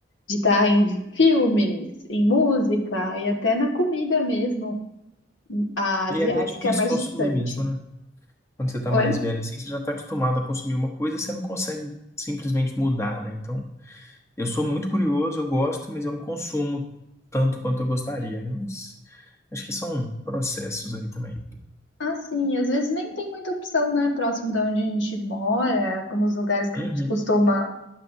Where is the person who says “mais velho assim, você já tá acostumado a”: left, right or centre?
Left